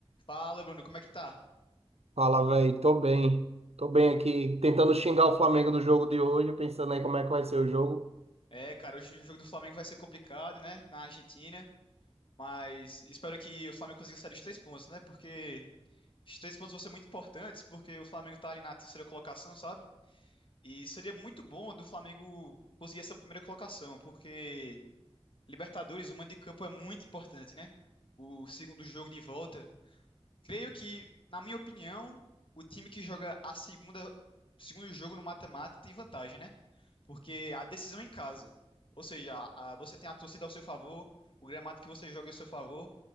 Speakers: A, on the left; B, on the right.
A: Fala, Bruno, como é que tá?
B: Fala, velho. Tô bem. Tô bem aqui, tentando xingar o Flamengo do jogo de hoje, pensando aí como é que vai ser o jogo.
A: É, cara, hoje o jogo do Flamengo vai ser complicado, né? Na Argentina, mas espero que o Flamengo consiga sair dos três pontos, né? Porque os três pontos vão ser muito importantes, porque o Flamengo tá ali na terceira colocação, sabe? E seria muito bom do Flamengo conseguir essa primeira colocação, porque Libertadores, o mando de campo é muito importante, né? O segundo jogo de volta. Creio que, na minha opinião, o time que joga a segunda, o segundo jogo no mata-mata tem vantagem, né? porque a decisão é em casa. Ou seja, a- a- você tem a torcida ao seu favor, o gramado que você joga é ao seu favor,